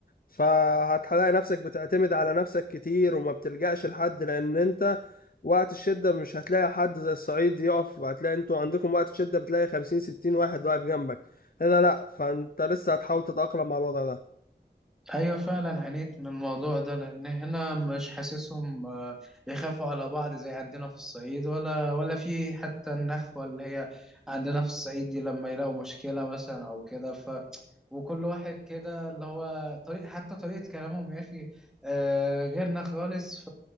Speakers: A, on the left; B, in the centre.
A: فهتلاقي نفسك بتعتمد على نفسك كتير وما بتلجأش لحد لأن أنت وقت الشدة مش هتلاقي حد زي الصعيد يقف هتلاقي انتوا عندكم وقت الشدة بتلاقي خمسين ستين واحد واقف جنبك هنا لأ فأنت لسه هتحاول تتأقلم مع الوضع ده
B: أيوة فعلا عانيت من الموضوع ده لأن هنا مش حاسسهم آه، بيخافوا على بعض زي عندنا في الصعيد ولا ولا في حتى النخوة اللي هي عندنا في الصعيد دي لما يلاقوا مشكلة مثلا أو كده وكل واحد كده اللي هو طريق حتى طريقة كلامهم يا أخي آه، غيرنا خالص